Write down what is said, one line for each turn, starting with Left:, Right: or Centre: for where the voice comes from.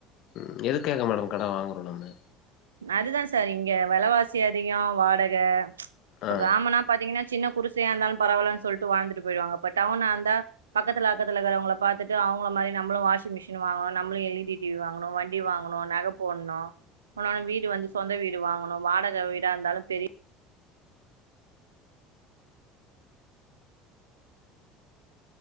Left: ம் எதுக்காக மேடம் கட வாங்குறோ நம்ம
Right: அதுதா சார் இங்க விலவாசி அதிகோ வாடக இப்ப
Left: ஆ
Right: கிராமனா பாத்தீங்கன்னா சின்ன குடிசையா இருந்தால பரவாலன்னு சொல்லிட்டு வாழ்ந்துட்டு போயிடுவாங்க பட் டவுண்ணா இருந்தா பக்கத்துல அக்கத்துலகிறவங்க பாத்துட்டு அவுங்கள மாரி நம்பளு வாஷிங் மெஷின் வாங்கணு நம்ம ளு எல்லீடி டிவி வாங்கணு வண்டி வாங்கணு நக போண்ணு இப்பலா வீடு வந்து சொந்த வீடு வாங்கணு வாடக வீடா இருந்தாலு பெரி